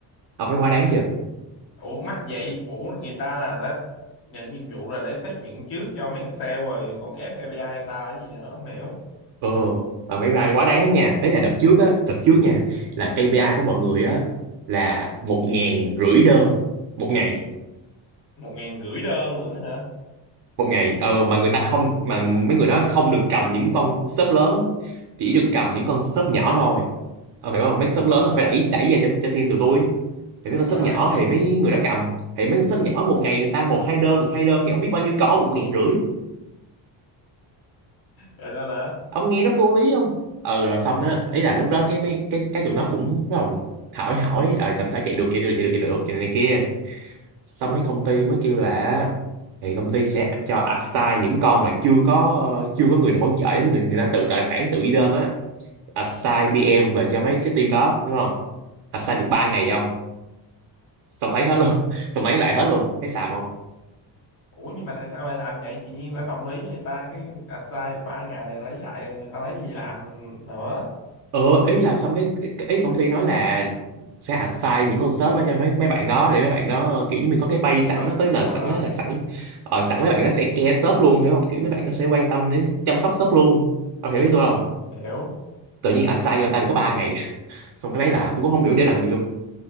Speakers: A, on the right (about 60°); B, on the left (about 30°).
A: ông thấy quá đáng chưa
B: Ủa mắc vậy, ủa người ta là đã nhận nhiệm vụ là để xác nhận trước cho mấy thằng sale rồi còn ép KPI người ta là cái gì nữa không hiểu.
A: Ừ, mà phải vai quá đáng nha. Ấy là đợt trước á, đợt trước nha, là KPI của mọi người á là một ngàn rưỡi đơn một ngày,
B: Một ngàn rưỡi đơn lận hả?
A: một ngày. Ờ mà người ta không, mà mấy người đó không được cầm những con shop lớn, chỉ được cầm những con shop nhỏ thôi. Ờ, hiểu không? Mấy con shop lớn là phải đẩy đẩy ra cho cho team tụi tôi. Thì mấy
B: Đúng
A: con shop
B: rồi.
A: nhỏ thì mấy người đó cầm, thì mấy con shop nhỏ một ngày người ta một hai đơn, một hai đơn thì không biết bao nhiêu con được một ngàn rưỡi.
B: Rồi đó nữa.
A: ông nghe nó vô lý không ừ rồi xong
B: Lấy
A: á
B: thì
A: ý là lúc đó cái mấy cái cái tụi nó cũng bắt đầu hỏi hỏi là làm sao chạy được chạy được chạy được chạy được chạy này kia xong mấy công ty mới kêu là thì công ty sẽ cho assign những con mà chưa có chưa có người hỗ trợ người người ta tự trợ bản tự ghi đơn á assign PM về cho mấy cái team đó đúng không assign được 3 ngày không xong lấy hết luôn <laughs> xong lấy lại hết luôn thấy xàm không?
B: Ủa nhưng mà tại sao lại làm vậy? Chị Nhiên đã đồng ý cho người ta cái assign 3 ngày lấy lại rồi người ta lấy gì làm nữa.
A: ờ ý là xong cái ý công ty nói là sẽ assign những con sếp đó cho mấy mấy bạn đó để mấy bạn đó kiểu như mình có cái base sẵn
B: Đó,
A: á, có cái nền
B: đúng rồi,
A: sẵn á sẵn ờ, sẵn mấy bạn nó sẽ care sếp luôn hiểu không kiểu mấy bạn nó sẽ quan tâm đến chăm sóc sếp luôn ông hiểu ý tôi không
B: hiểu.
A: tự nhiên assign cho ta được có 3 ngày <laughs> xong cái lấy lại tôi cũng không hiểu để làm gì luôn